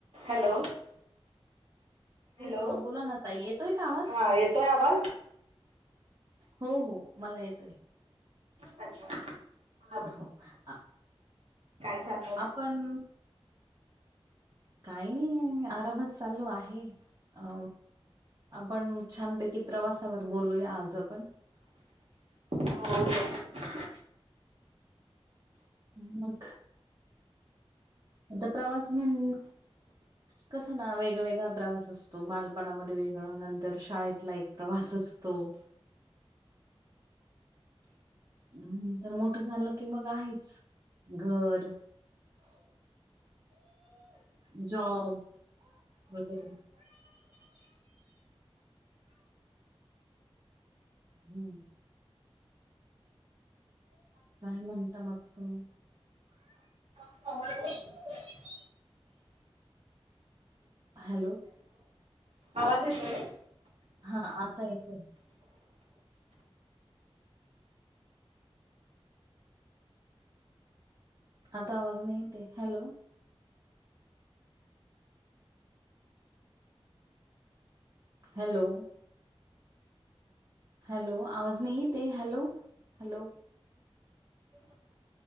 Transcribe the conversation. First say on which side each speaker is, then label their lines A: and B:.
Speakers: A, on the right; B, on the right.
A: हॅलो हॅलो
B: हा बोला ना ताई येतोय का आवाज?
A: हा येतोय आवाज?
B: हो हो मला येतोय.
A: अच्छा मला
B: हो आ
A: काय चालय?
B: आपण काही नाही आरामच चालू आहे अ आपण छानपैकी प्रवासावर बोलूया आज आपण
A: हो हो
B: मग आता प्रवास म्हण कसं ना वेगवेेगळा प्रवास असतो, मणामध्ये वेगळं नंतर शाळेतला एक प्रवास असतो. नंतर मोठ झालं की मग आहेच घर - जॉब वगैरे हम्म काय म्हणता मग तुम्ही?
A: <inaudible>
B: हॅलो
A: आवाज येतोय.
B: हा आता येतोय. आता आवाज नाही येतेय हॅलो हॅलो हॅलो आवाज नाही येतये हॅलो, हॅलो